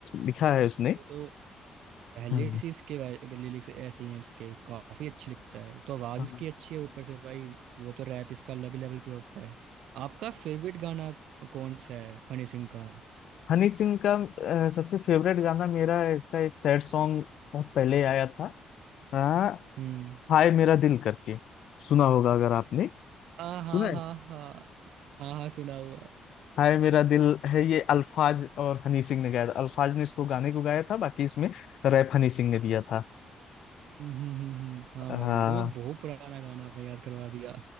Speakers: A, on the left; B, on the right.
A: लिखा है उसने
B: वो तो पहले
A: हम्म,
B: से इसके लिरिक्स ऐसे ही हैं इसके काफ़ी अच्छी लिखता है तो आवाज़
A: हाँ।
B: इसकी अच्छी है ऊपर से भाई वो तो रैप इसका अलग लेवल पे होता है आपका फेवरेट गाना कौन सा है हनी सिंह का
A: हनी सिंह का अ, सबसे फेवरेट गाना मेरा है इसका एक सैड सॉन्ग बहुत पहले आया था हाँ,
B: हम्म
A: हाय मेरा दिल करके सुना होगा अगर आपने
B: आ हा
A: सुना है
B: हा हा हाँ हाँ सुना हुआ है
A: हाय मेरा दिल है ये अल्फाज और हनी सिंह ने गाया था अल्फाज ने इसको गाने को गाया था बाकी इसमें रैप हनी सिंह ने दिया था
B: हम्म हम्म हम्म, हम्म, हाँ
A: हाँ
B: भाई तो ये बहुत पुराना गाना आपने याद करवा दिया